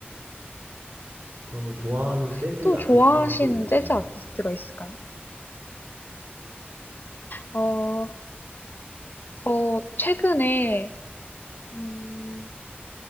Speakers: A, on the right (about 60°); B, on the left (about 55°).
A: 그러면 좋아하는
B: 음.
A: 재즈
B: 또
A: 아티스트는
B: 좋아하시는
A: 또 있으신가요?
B: 재즈 아티스트가 있을까요? 어, 저 최근에 음,